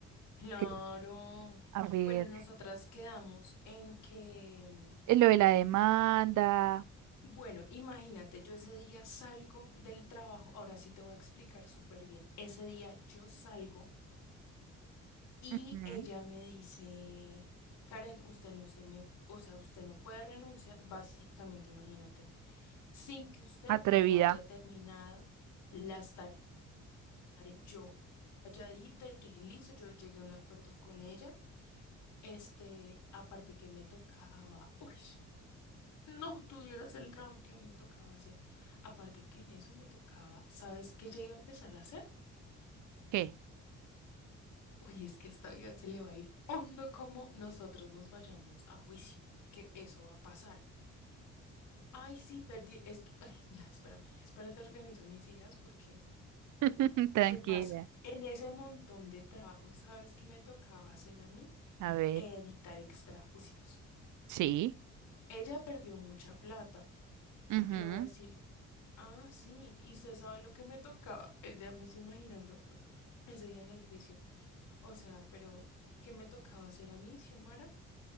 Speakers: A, on the left; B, on the right.
A: Claro.
B: que, a ver,
A: Bueno, nosotras quedamos en que, mm,
B: eh, lo de la demanda,
A: bueno, imagínate, yo ese día salgo del trabajo, ahora sí te voy a explicar súper bien. Ese día yo salgo y
B: Ujú.
A: ella me dice, Karen, usted no se me, pu- o sea, usted no puede renunciar, básicamente, imagínate, sin que usted
B: atrevida,
A: no haya terminado las tareas. Yo calladita, yo dije, listo, yo llegué a un acuerdo con ella. Este, aparte que me tocaba, <laughs> uy, no tuvieras el trabajo que a mí me tocaba hacer. Aparte que en eso me tocaba, ¿sabes qué ya iba a empezar a hacer?
B: ¿Qué?
A: Uy, es que esta vida se le va a ir hondo como nosotros nos vayamos a juicio, que eso va a pasar. Ay, sí, perdí, es que, ay, <laughs> ya, espérame, espérate, organizo mis ideas porque,
B: <laughs> Tranquila.
A: ¿qué pasa? En ese montón de trabajo, ¿sabes qué me tocaba hacer a mí?
B: a ver,
A: Editar extrajudicios.
B: sí,
A: Ella perdió mucha plata.
B: Ujú.
A: Le voy a decir, Ah, sí, y usted sabe lo que me tocaba, eh, ya me estoy imaginando ese día en el juicio. O sea, pero ¿qué me tocaba hacer a mí, Xiomara?